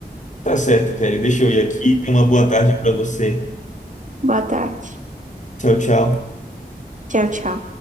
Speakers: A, on the left (about 45°); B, on the right (about 50°).
A: Tá certo, Kelly. Deixa eu ir aqui. Tenha uma boa tarde pra você.
B: Boa tarde.
A: Tchau, tchau.
B: Tchau, tchau.